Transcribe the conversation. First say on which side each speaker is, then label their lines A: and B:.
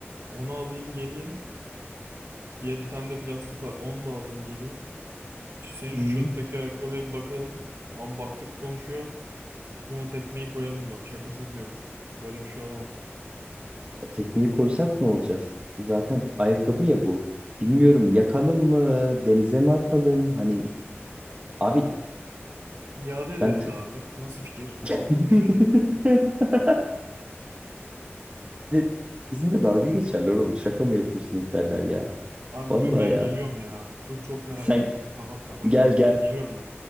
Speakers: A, on the right; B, on the right.
A: Onu alayım geleyim. Diye bir tane de plastik var. Onu da alayım geleyim. Şu- Senin
B: Hı
A: şu
B: hı.
A: şottaki ayakkabıya bir bakalım. Ama baktık konuşuyor. Buna tekmeyi koyalım bak şakasız diyorum. Böyle bir şey olamaz.
B: E, tekmeyi koysak ne olacağız? Zaten ayakkabı ya bu. Bilmiyorum yakalım mı, denize mi atalım? Hani abi
A: İade ederiz
B: ben tır...
A: abi. Nasıl fikir?
B: <laughs>
A: Bu konuşuyor deriz.
B: Bize- bizimle dalga geçerler oğlum. Şaka mı yapıyorsunuz derler ya.
A: Abi
B: Vallahi
A: dur ben
B: ya.
A: geliyorum ya. Dur çok merak
B: Sen
A: ettim. Kapat kapat.
B: gel gel.
A: Geliyorum ben.